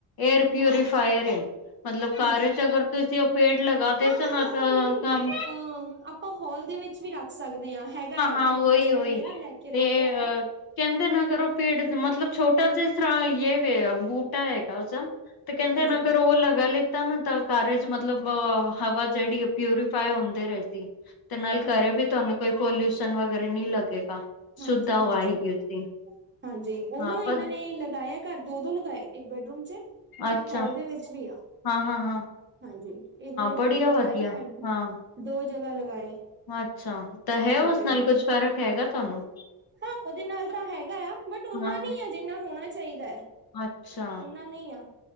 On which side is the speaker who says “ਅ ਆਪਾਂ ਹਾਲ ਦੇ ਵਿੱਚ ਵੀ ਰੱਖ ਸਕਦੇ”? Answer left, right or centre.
Right